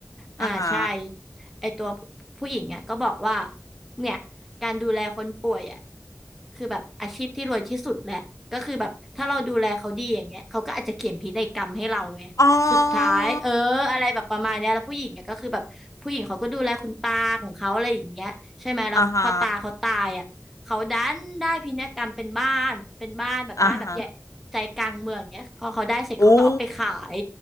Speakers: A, in the centre; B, on the left.
A: อ่าใช่
B: อ่าฮะ
A: ไอตัวผู้หญิงอ่ะก็บอกว่าเนี่ยการดูแลคนป่วยอ่ะคือแบบอาชีพที่รวยที่สุดแหละก็คือแบบถ้าเราดูแลเขาดีอย่างเงี้ยเขาก็อาจจะเขียนพินัยกรรมให้เราไงสุดท้ายเอออะไรแบบประมาณเนี้ยแล้วผู้หญิงอ่ะก็คือแบบผู้หญิงเขาก็ดูแลคุณตาของเขาอะไรอย่างเงี้ยใช่ไหมแล้วพอตาเขาตายอ่ะเขาดันได้พินัยกรรมเป็นบ้านเป็นบ้านแบบบ้านแบบใหญ่ใจกลางเมืองอย่างเงี้ยพอเขาได้เสร็จเขาก็เอาไปขาย
B: อ๋ออ่าฮะ อ่าฮะอู้